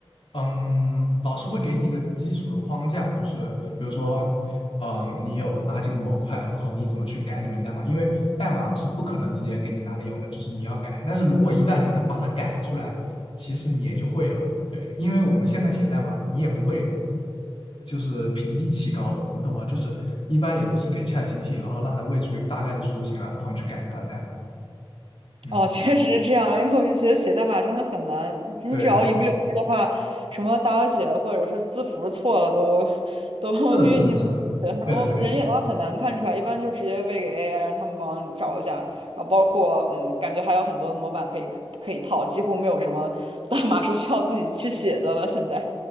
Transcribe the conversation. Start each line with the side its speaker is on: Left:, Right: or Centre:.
Left: 嗯，老师会给你一个基础的框架，就是比如说，嗯，你有哪几个模块，然后你怎么去改里面代码，因为代码是不可能直接给你拿来用的，就是你要改。但是如果一旦你能把它改出来，其实你也就会了。对，因为我们现在写代码，你也不会就是平地起高楼，你懂吗？就是一般也都是给 ChatGPT，然后让它喂出一个大概的雏形啊，然后你去改它的代码。嗯，
Right: 哦，确实是这样，因为我就觉得写代码真的很难。你只要一不留意的话，
Left: 对对，
Right: 什么大小写或者是字符错了都都
Left: 是的，
Right: <laughs> 运行不下来。
Left: 是的，是的，
Right: 然人眼上很难看出来，
Left: 对的，对的，对
Right: 一般就直接喂给 AI，让他们帮你找一下。然后包括嗯，感觉还有很多模板可以可以套，几乎没有什么代码是需要自己去写的了。现在，